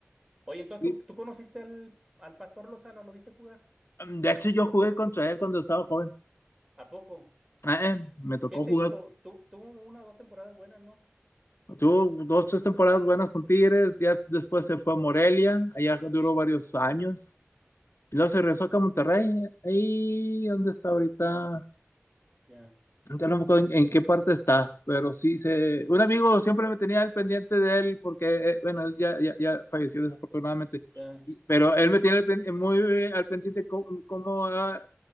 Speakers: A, on the right; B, on the left.
A: Oye, entonces
B: Sí.
A: ¿tú, tú conociste al, al Pastor Lozano, ¿lo viste jugar?
B: De hecho, yo jugué contra él cuando estaba joven.
A: ¿A poco?
B: Ah, Eh, me tocó
A: ¿Qué se
B: jugar.
A: hizo? Tu- tuvo una o dos temporadas buenas, ¿no?
B: Tuvo dos, tres temporadas buenas con Tigres. Ya después se fue a Morelia. Allá duró
A: Sí,
B: varios años. Y luego se regresó acá a Monterrey. Ahí, ¿dónde está ahorita?
A: ya,
B: Ya no me acuerdo en, en qué parte está, pero sí se... Un amigo siempre me tenía al pendiente de él porque, eh, bueno, él ya, ya, ya falleció desafortunadamente,
A: ya,
B: y- pero él me tiene al pen- muy eh, al pendiente co- como, ah,